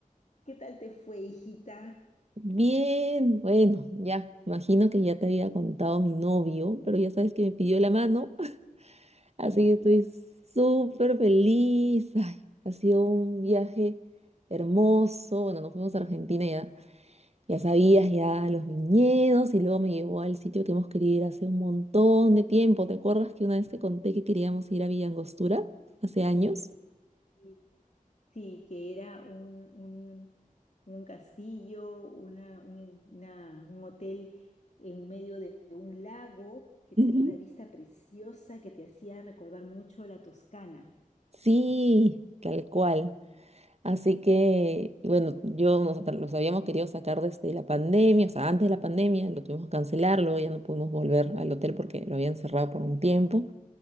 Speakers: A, on the left; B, on the right.
A: ¿Qué tal te fue, hijita?
B: Bien, bueno, ya, imagino que ya te había contado mi novio, pero ya sabes que me pidió la mano, <laughs> así que estoy súper feliz. Ay, ha sido un viaje hermoso. Bueno, nos fuimos a Argentina ya, ya sabías, ya los viñedos y luego me llevó al sitio que hemos querido ir hace un montón de tiempo. ¿Te acuerdas que una vez te conté que queríamos ir a Villa Angostura hace años?
A: Sí, Sí, que era un, un, un castillo, una, un, una- un hotel en medio de un lago que
B: <laughs>
A: tenía una vista preciosa que te hacía recordar mucho la Toscana.
B: Sí, tal cual. Así que, bueno, yo, nosotros los habíamos querido sacar desde la pandemia, o sea, antes de la pandemia, lo tuvimos que cancelar, luego ya no pudimos volver al hotel porque lo habían cerrado por un tiempo.